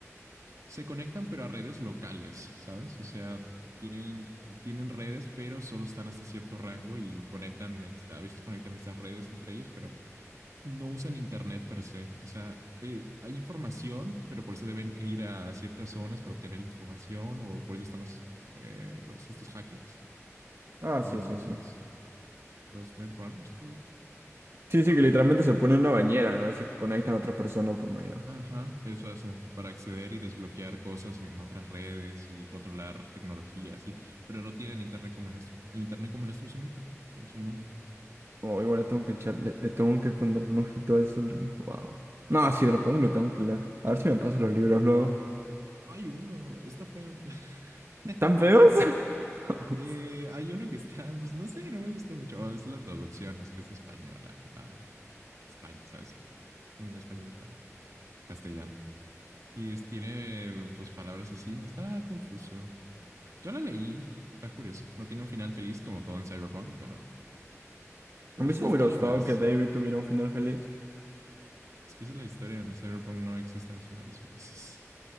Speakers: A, on the right (about 80°); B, on the right (about 55°).
A: Se conectan, pero a redes locales, ¿sabes? O sea, tienen, tienen redes, pero solo están hasta cierto rango y conectan, esta, a veces conectan estas redes entre ellos, pero no usan internet per se. O sea, eh, hay información, pero por eso deben ir a ciertas zonas para obtener información o por eso están los, eh, los estos hackers,
B: Ah,
A: los,
B: sí, sí, sí.
A: los netrunners, creo que era.
B: Sí, sí, que literalmente se pone en una bañera, ¿no? Y se conectan a otras personas por medio.
A: Ajá, eso hacen para acceder y desbloquear cosas en otras redes y controlar tecnología, sí, pero no tienen internet como el nuestro. El internet como el nuestro es un mito en su mundo.
B: Oh, igual les tengo que echarle, les tengo que poner un ojito a eso porque, wow. No, sí, lo pongo y lo tengo que leer. A ver si me pasan los libros luego.
A: Hay uno, está feo. <laughs>
B: ¿Tan feos? <laughs>
A: Eh, hay uno que está, pues no sé, no me gustó mucho. Oh, es la traducción, es que es española. Ah, ah. España, ¿sabes? Un español, España, castellano. Y es- tiene pues palabras así, está confuso. Yo la leí, está curioso. No tiene un final feliz como todo en Cyberpunk, pero, pero
B: A mí
A: es una
B: sí me
A: historia
B: hubiera gustado
A: más.
B: que David tuviera un final feliz.
A: Es que esa es la historia, en Cyberpunk no existen los finales felices.